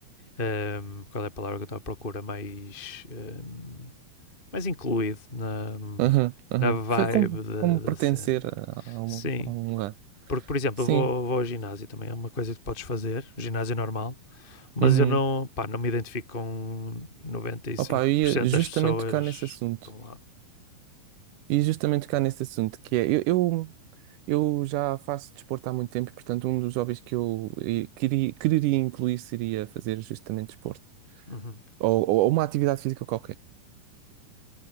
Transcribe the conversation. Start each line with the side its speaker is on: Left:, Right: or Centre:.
Left: ehm, qual é a palavra que eu estava à procura? Mais. ehm, mais incluído na,
Right: Aham, aham.
Left: na vibe
Right: Foi como,
Left: da,
Right: como pertencer
Left: da cena.
Right: a, a um,
Left: Sim.
Right: a um lugar.
Left: Porque, por exemplo,
Right: Sim.
Left: eu vou, vou ao ginásio também, é uma coisa que podes fazer, o ginásio normal mas
Right: Uhum.
Left: eu não, pá, não me identifico com noventa e
Right: Opa,
Left: cinco
Right: eu ia
Left: por cento
Right: justamente
Left: das pessoas
Right: tocar nesse
Left: que
Right: assunto.
Left: estão lá.
Right: E justamente tocar nesse assunto, que é, eu, eu, eu já faço desporto há muito tempo, e, portanto, um dos hobbies que eu eh, queria, quereria incluir seria fazer justamente desporto.
Left: Uhum.
Right: Ou, ou uma atividade física qualquer.